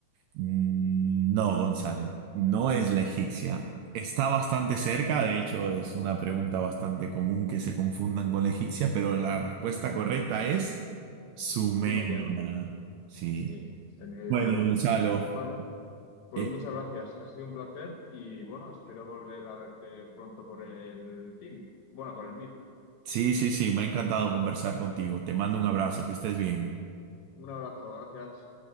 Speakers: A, on the right; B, on the left.
A: Mm, No, Gonzalo, no es la egipcia. Está bastante cerca, de hecho es una pregunta bastante común que se confundan con la egipcia, pero la respuesta correcta es Sumeria.
B: Sumeria, ¿no?
A: Sí.
B: Sí, tenía la
A: Bueno,
B: duda.
A: Gonzalo,
B: Vale. Pues
A: eh,
B: muchas gracias, ha sido un placer y bueno, espero volver a verte pronto por el team. Bueno, por el Meet.
A: sí, sí, sí, me ha encantado conversar contigo. Te mando un abrazo, que estés bien.
B: Un abrazo, gracias.